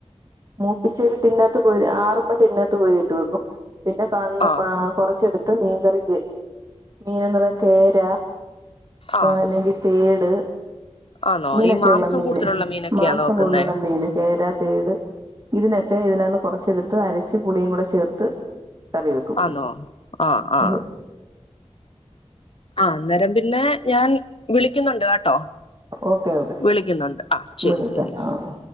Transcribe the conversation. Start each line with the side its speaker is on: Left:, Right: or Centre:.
Right: മൂപ്പിച്ചേല് ടിന്നകത്ത് കോരി ആറുമ്പോ ടിന്നകത്ത് കോരി ഇട്ട് വെക്കും. പിന്നെ <unintelligible>
Left: ആഹ്
Right: കൊറച്ചെടുത്ത് മീൻകറിക്ക് മീനന്ന് പറ കേര
Left: ആഹ്
Right: അല്ലെങ്കി തേട്
Left: ആണോ
Right: ഇങ്ങനെയൊക്കെയുള്ള
Left: ഈ മാംസം
Right: മീന്
Left: കൂടുതലുള്ള മീനൊക്കെയാണോ
Right: മാംസം
Left: വെക്കുന്ന
Right: കൂടുലുള്ള മീന് കേര തേട് ഇതിനൊക്കെ ഇതിനാന്ന് കൊറച്ചെടുത്ത് അരച്ച് പുളിയും കൂടെ ചേർത്ത് കറി വെക്കും
Left: ആന്നോ ആഹ് ആഹ്
Right: അതെ
Left: ആഹ് അന്നേരം പിന്നെ ഞാൻ വിളിക്കുന്നുണ്ട് ആട്ടോ
Right: ഓക്കെ ഓക്കെ
Left: വിളിക്കുന്നുണ്ട് ആഹ് ശരി
Right: വിളിക്കാം
Left: ശരി
Right: ആ